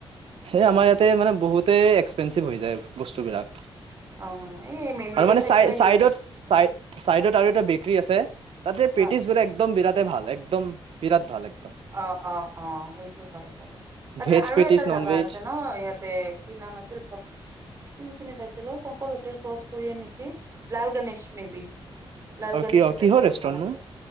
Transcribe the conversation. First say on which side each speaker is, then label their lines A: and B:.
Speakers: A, on the right; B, on the right.
A: হে আমাৰ ইয়াতে মানে বহুতে এক্সপেঞ্চেভ হৈ যায় বস্তু বিলাক
B: অ', এই মেইন
A: আৰু
B: ৰোডত
A: মানে
B: থাকিলে
A: চাই
B: সেয়ে
A: চাই চাইড চাইডত আৰু এটা বেকীৰ আছে। তাতে পেট্ৰিছ
B: অ',
A: বিলাক একদম বিৰাত। তাতে ভাল একদম বিৰাট ভাল এক
B: অ অ অ সেইটো হয় বাৰু তাতে
A: ভেজ
B: আৰু
A: পেটিছ
B: এটা জা।
A: নন
B: কিবা
A: ভেজ
B: আছে ন ইয়াতে কি নাম আছিল ভক চিং খিনি। আছিলো শংকৰ হোটেল ক্ৰছ কৰি নেকি লাল গণেশ মে বি। লাল
A: অ
B: গণেশত
A: কিয় কিহৰ
B: এটা দোকান
A: ৰেষ্টুৰেণ্টনো
B: আছে